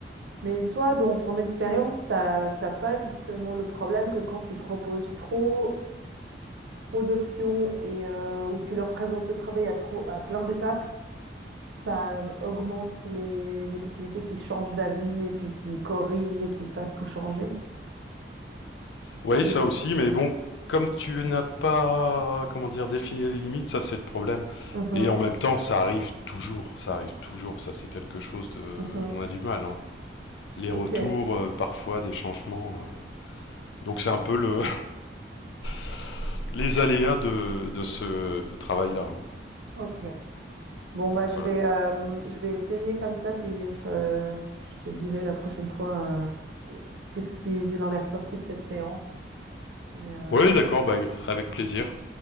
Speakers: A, on the right (about 90°); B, on the left (about 85°).
A: Mais toi, dans ton expérience, t'as t'as pas justement le problème que quand tu proposes trop trop d'options et euh, où tu leur présentes le travail à, trop, à plein d'étapes, ça euh, augmente les, les possibilités qu'ils changent d'avis et puis qu'ils corrigent et qu'ils fassent tout changer. Parce
B: Oui,
A: que...
B: ça aussi, mais bon, comme tu n'as pas comment dire défini les limites, ça c'est le problème.
A: Mhm,
B: Et en même temps, ça arrive toujours, ça arrive toujours, ça c'est quelque chose de,
A: mhm.
B: on a du mal. hein. Les
A: Ok,
B: retours, euh, parfois des changements. euh. Donc c'est un peu le <laughs> les aléas de, de ce travail-là. hein.
A: ok. Bon, bah,
B: Voilà.
A: je vais, euh, je vais essayer comme ça, puis je te, je te dirai la prochaine fois euh, qu'est-ce qu'il en est ressorti de cette séance. Et, euh,
B: Oui,
A: voilà.
B: d'accord, bah, avec plaisir.